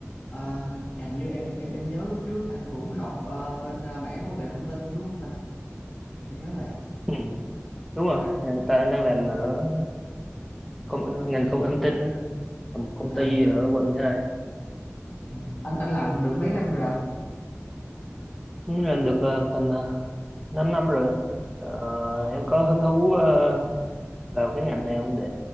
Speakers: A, on the left; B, in the centre.
A: Ờ, hình như em em em nhớ lúc trước anh cũng học ờ, bên ờ, mảng công nghệ thông tin đúng không ta em nhớ vậy
B: Ừ. Đúng rồi, à, tại anh đang làm ở công, ngành công nghệ thông tin á, ở một công
A: à,
B: ty ở quận 12.
A: à. anh anh làm được mấy năm rồi anh
B: Ừ, Làm được ờ, tầm uh, 5 năm rồi. á. Ờ,
A: Ồ.
B: em có hứng thú ờ, vào cái ngành này không để